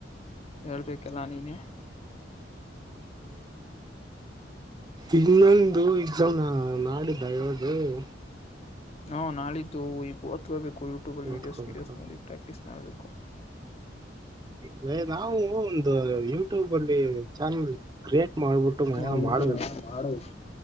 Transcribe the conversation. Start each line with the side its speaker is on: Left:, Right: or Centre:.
Left: ಹೇಳ್ಬೇಕಲ್ಲಾ ನೀನೇ
Right: ಇನ್ನೊಂದು ಎಕ್ಸಮ ನಾಡಿದ್ದ ಹ್ಮ
Left: ಹಾ ನಾಳಿದ್ದು ಈಗ ಓದಕೂ ಬೇಕು ಯೂಟ್ಯೂಬ ಅಲ್ಲಿ
Right: ಓದ್ಕೋಬೇಕ
Left: ವಿಡಿಯೋಸ್ ಗಿಡಿಯೋಸ್ ನೋಡಿ ಪ್ರಾಕ್ಟೀಸ್ ಮಾಡಬೇಕು
Right: ಮ ನಾವು ಒಂದು ಯೂಟ್ಯೂಬ್ ಅಲ್ಲಿ ಚಾನಲ್ ಕ್ರಿಯೇಟ್ ಮಾಡ್ಬಿಟ್ಟು ಮಯ
Left: ಮಾಡ್ಬಿಟ್ಟು
Right: ಮಾಡ್ಬೇಕು
Left: ಮಾಡಬೇಕು